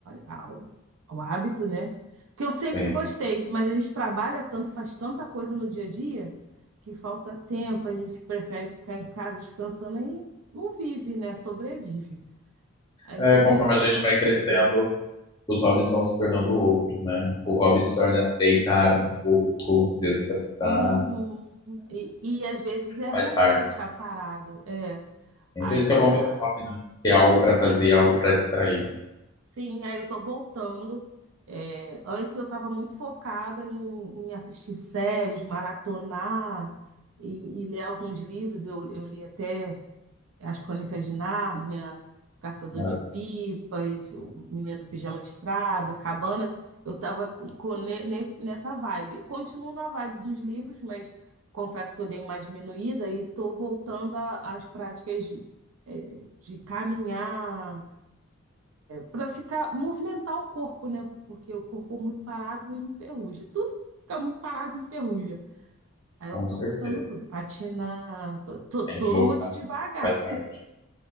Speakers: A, on the right; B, on the left.
A: a- ao, ao hábito, né? Que eu sempre
B: Sim.
A: gostei, mas a gente trabalha tanto, faz tanta coisa no dia a dia, que falta tempo, a gente prefere ficar em casa descansando aí não vive, né? Sobrevive. Aí
B: É,
A: eu tô
B: conforme
A: voltando
B: a gente vai crescendo,
A: a fazer.
B: os hobbies vão se tornando outros, né? O hobby se torna deitar um pouco, descansar,
A: Uhum. E, e às vezes é
B: faz
A: ruim,
B: parte.
A: né, ficar parado. É.
B: É
A: Aí,
B: por isso que é bom
A: a
B: ter um hobby, né? Ter algo para
A: sim,
B: fazer, algo para distrair.
A: sim, aí eu tô voltando. É, antes eu estava muito focada em, em assistir séries, maratonar e, e ler alguns livros. Eu, eu li até. As Crônicas de Nárnia, O Caçador
B: Mas,
A: de Pipas, O Menino do Pijama Listrado, A Cabana. Eu estava nessa vibe. Continuo na vibe dos livros, mas confesso que eu dei uma diminuída e estou voltando a- às práticas de, eh, de caminhar, para ficar, movimentar o corpo, né? Porque o corpo muito parado enferruja. Tudo fica muito parado enferruja. Aí eu
B: com
A: tô
B: certeza.
A: voltando tudo, patinar, tô, tô,
B: Tem
A: tudo
B: que movimentar,
A: muito devagar,
B: faz
A: <laughs>
B: parte.